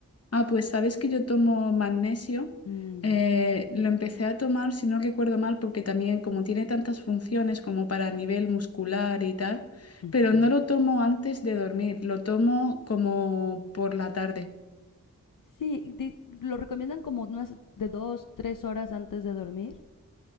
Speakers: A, on the left; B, on the left.
A: Ah, pues sabes que yo tomo magnesio.
B: Mm,
A: Eh, lo empecé a tomar, si no recuerdo mal, porque también como tiene tantas funciones como para nivel muscular y tal,
B: ujú.
A: pero no lo tomo antes de dormir, lo tomo como por la tarde.
B: Sí, di- lo recomiendan como unas de dos, tres horas antes de dormir